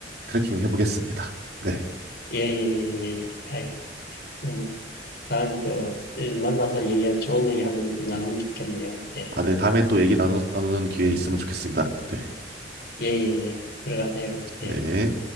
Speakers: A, on the right; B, on the left.
A: 트레킹 해보겠습니다. 네.
B: 예, 예, 예, 예, 예. 아이, 음, 다음에 또 예, 만나서 얘기할, 좋은 얘기 한번 나누면 좋겠네요. 예,
A: 아, 네. 다음에 또 얘기 나누, 나누는 기회 있으면 좋겠습니다. 네.
B: 예, 예, 예. 들어가세요.
A: 네.
B: 예.